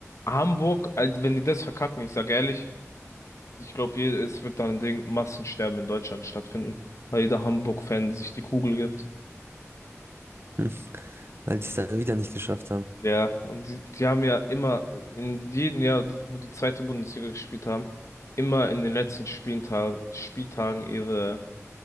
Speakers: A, on the left; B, on the right.
A: Hamburg, also wenn die das verkacken, ich sage ehrlich, ich glaube, es wird dann ein Ding, Massensterben in Deutschland stattfinden, weil jeder Hamburg-Fan sich die Kugel gibt.
B: <laughs> hm, weil die es dann wieder nicht geschafft haben.
A: Ja, und die, die haben ja immer, in jedem Jahr, wo die zweite Bundesliga gespielt haben, immer in den letzten Spieltag, Spieltagen ihre